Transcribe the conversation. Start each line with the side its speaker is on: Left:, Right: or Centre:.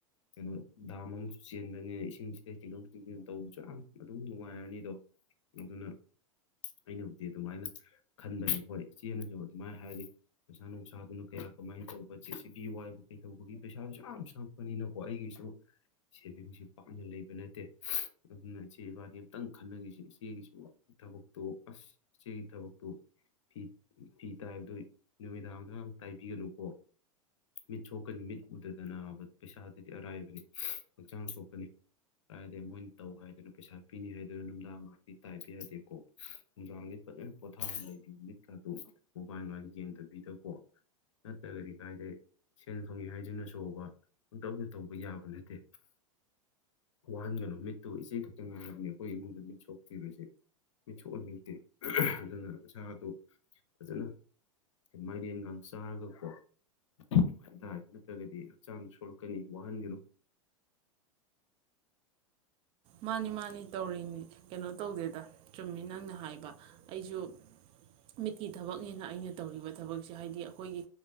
Left: ꯀꯩꯅꯣ ꯗꯥꯝ ꯑꯃꯁꯨ ꯆꯦꯟꯕꯅꯤꯅ ꯏꯁꯤꯡꯁꯤꯗ ꯆꯤꯡꯊꯣꯛ - ꯆꯤꯡꯁꯤꯟ ꯇꯧꯕꯁꯨ ꯌꯥꯝ ꯑꯗꯨꯝ ꯅꯨꯡꯉꯥꯏꯔꯅꯤ ꯑꯗꯣ ꯑꯗꯨꯅ ꯑꯩꯅꯕꯨꯗꯤ ꯑꯗꯨꯃꯥꯏꯅ ꯈꯟꯕꯅꯦ ꯍꯣꯏ ꯏꯆꯦꯅꯁꯨ ꯑꯗꯨꯃꯥꯏꯅ ꯍꯥꯏꯔꯗꯤ ꯅꯨꯡꯁꯥ ꯅꯨꯡꯁꯥꯗꯨꯅ ꯀꯌꯥ ꯀꯃꯥꯏꯅ ꯇꯧ ꯖꯦ ꯁꯤ ꯕꯤ ꯋꯥꯏꯕ ꯀꯩꯗꯧꯕꯒꯤ ꯄꯩꯁꯥꯁꯨ ꯌꯥꯝ ꯆꯪꯉꯛꯄꯅꯤꯅꯀꯣ ꯑꯩꯒꯤꯁꯨ ꯁꯦꯚꯤꯡꯁꯦ ꯄꯥꯛꯝꯅ ꯂꯩꯕ ꯅꯠꯇꯦ ꯑꯗꯨꯅ ꯏꯆꯦ ꯏꯕꯥꯅꯤ ꯑꯝꯇꯪ ꯈꯟꯅꯈꯤꯁꯤꯦ ꯏꯆꯦꯒꯤꯁꯨ ꯊꯕꯛꯇꯣ ꯑꯁ ꯏꯆꯦꯒꯤ ꯊꯕꯛꯇꯣ ꯐꯤ ꯐꯤ ꯇꯥꯏꯕꯗꯣ ꯅꯨꯃꯤꯗꯥꯡꯗ ꯌꯥꯝ ꯇꯥꯏꯕꯤꯒꯅꯨꯀꯣ꯫ ꯃꯤꯠ ꯁꯣꯛꯀꯅꯤ ꯃꯤꯠ ꯎꯗꯗꯅꯕ ꯄꯩꯁꯥꯗꯗꯤ ꯑꯔꯥꯏꯕꯅꯤ ꯍꯛꯆꯥꯡ ꯁꯣꯛꯀꯅꯤ ꯑꯔꯥꯏꯗ ꯃꯣꯏꯅ ꯇꯧ ꯍꯥꯏꯗꯅ ꯄꯩꯁꯥ ꯄꯤꯅꯤ ꯍꯥꯏꯗꯅ ꯅꯨꯡꯗꯥꯡ ꯉꯥꯛꯇꯤ ꯇꯥꯏꯕ ꯌꯥꯗꯦꯀꯣ ꯅꯨꯡꯗꯥꯡꯗꯤ ꯐꯖꯅ ꯄꯣꯊꯥꯔꯒ ꯂꯩꯕꯤꯌꯨ ꯃꯤꯠꯀꯥꯗꯨ ꯃꯣꯕꯥꯏꯜ ꯃꯥꯏꯜ ꯌꯦꯡꯗꯕꯤꯗꯀꯣ ꯅꯠꯇ꯭ꯔꯒꯗꯤ ꯀꯥꯏꯗ ꯁꯦꯟ ꯐꯪꯉꯤ ꯍꯥꯏꯗꯨꯅꯁꯨꯕ ꯄꯥꯪꯇꯧꯗ ꯇꯧꯕ ꯌꯥꯕ ꯅꯠꯇꯦ ꯋꯥꯍꯟꯒꯅꯨ ꯃꯤꯠꯇꯨ ꯏꯆꯦ ꯈꯛꯇ ꯉꯥꯏꯔꯕꯅꯤ ꯑꯩꯈꯣꯏ ꯏꯃꯨꯡꯗ ꯃꯤꯠ ꯁꯣꯛꯇ꯭ꯔꯤꯕꯁꯦ ꯃꯤꯠ ꯁꯣꯛꯍꯟꯅꯤꯡꯗꯦ ꯑꯗꯨꯅ ꯁꯥꯗꯨ ꯐꯖꯅ ꯃꯥꯏꯔꯦꯟꯒ ꯆꯥꯔꯒꯀꯣ ꯅꯨꯡꯉꯥꯏꯇꯥꯏꯗ ꯅꯠꯇ꯭ꯔꯒꯗꯤ ꯍꯛꯆꯥꯡꯗꯣ ꯁꯣꯛꯂꯛꯀꯅꯤ ꯋꯥꯍꯟꯒꯅꯨ꯫
Right: ꯃꯥꯅꯤ- ꯃꯥꯅꯤ ꯇꯧꯔꯤꯅꯤ ꯀꯩꯅꯣ ꯇꯧꯗꯦꯗ ꯆꯨꯝꯃꯤ ꯅꯪꯅ ꯍꯥꯏꯕ ꯑꯩꯁꯨ ꯃꯤꯠꯀꯤ ꯊꯕꯛꯅꯦꯅ ꯑꯩꯅ ꯇꯧꯔꯤꯕ ꯊꯕꯛꯁꯦ ꯍꯥꯏꯗꯤ ꯑꯩꯈꯣꯏꯒꯤ